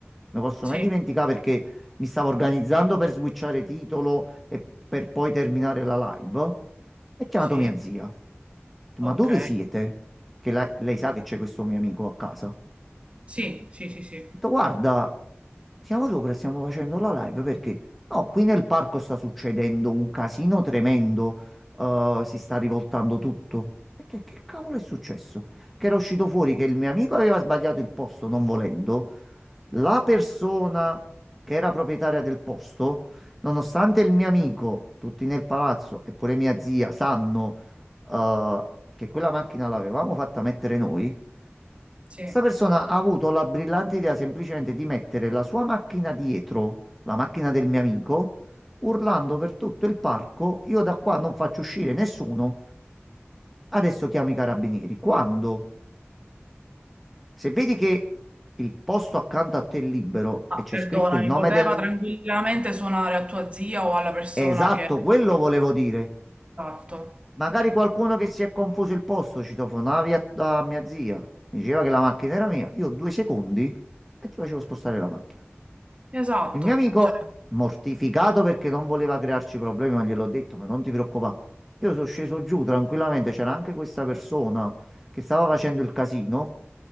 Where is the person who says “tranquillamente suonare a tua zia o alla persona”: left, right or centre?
Right